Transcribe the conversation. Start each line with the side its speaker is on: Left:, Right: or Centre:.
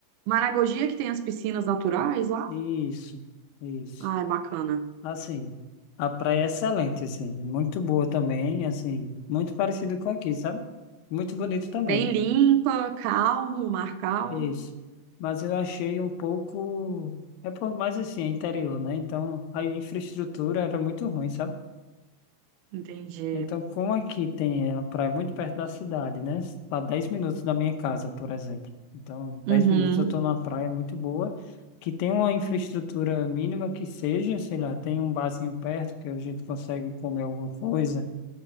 Right: Maragogi é que tem as piscinas naturais lá?
Left: Isso, isso.
Right: Ai, bacana.
Left: Assim, a praia é excelente, assim, muito boa também, assim, muito parecido com aqui, sabe? Muito bonito também.
Right: Bem limpa, calmo, mar calmo.
Left: Isso. Mas eu achei um pouco. É por mais assim, é interior, né? Então a infraestrutura era muito ruim, sabe?
Right: Entendi.
Left: Então, como aqui tem a praia muito perto da cidade, né? Tá 10 minutos da minha casa, por exemplo. Então, dez
Right: Uhum,
Left: minutos eu tô numa praia muito boa, que tem uma infraestrutura mínima que seja, sei lá, tem um barzinho perto que a gente consegue comer alguma coisa,